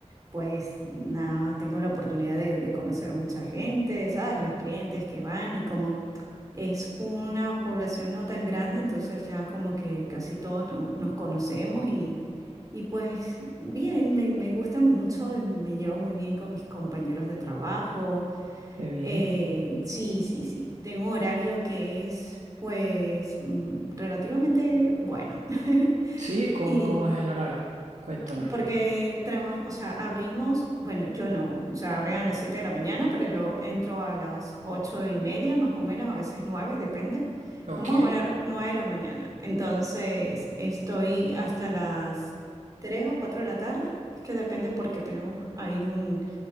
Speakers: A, on the right; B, on the right.
A: pues, nada, tengo la oportunidad de, de conocer mucha gente, ¿sabes? Los clientes que van y como es una población no tan grande, entonces ya como que casi todos no- nos conocemos y pues bien, me, me gusta mucho y me llevo muy bien con mis compañeros de trabajo.
B: Qué bien.
A: Eh, sí, sí, sí. Tengo un horario que es pues mm, relativamente bueno. <laughs>
B: Sí, ¿cómo,
A: Y,
B: cómo es el horario? Cuéntame.
A: porque trabajo, o sea, abrimos, bueno, yo no, o sea, abren a las 7 de la mañana, pero yo entro a las 8 y media, más o menos, a veces 9, depende.
B: Ok,
A: Vamos a poner 9 de la mañana. Entonces, estoy hasta las 3 o 4 de la tarde. Es que depende porque tenemos ahí un-